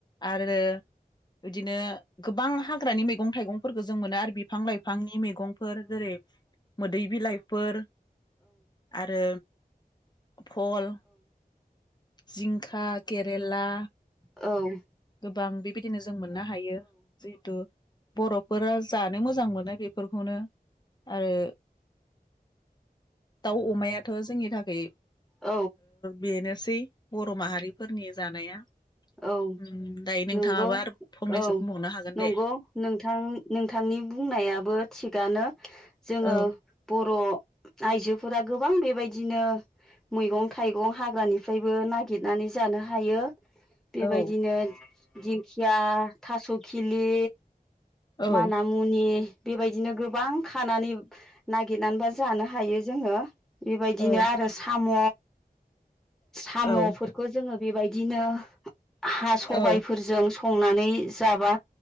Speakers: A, on the left (about 25°); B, in the centre.
A: आरो बिदिनो गोबां हा मैगं थाइगंफोरखौ जों मोनो आरो बिफां लाइफांनि मेगंफोर जेरै मोदै बिलाइफोर आरो भल जिंखा केरेला
B: औ
A: बां बेबायदिनो जों मोननो हायो जिहेथु बर'फोरा जानो मोजां मोनो बेफोरखौनो आरो दाउ अमायाथ' जोंनि थाखाय
B: औ
A: बेनोसै दै बर' माहारिफोरनि जानाया
B: औ
A: उम दायो नोंथाङाबो
B: नंगौ
A: आरो फंनैसो
B: औ
A: बुंबावनो हागोन
B: नंगौ
A: दे
B: नोंथां नोंथांनि बुंनायाबो थिगानो जोङो
A: औ
B: बर' आइजो फोरा गोबां बेबायदिनो मैगं थाइगं हाग्रानिफ्रायबो नागिरनानै जानो हायो बेबायदिनो
A: औ
B: दिंखिया थास' खिलि
A: औ
B: मानामुनि बेबायदिनो गोबां खानानै बा नागिरनानैबा जानो हायो जोङो बेबायदिनो
A: औ
B: आरो साम' सामफोरखौ
A: औ
B: जोङो बेबायदिनो हा सबायफोरजों
A: औ
B: संनानै जाबा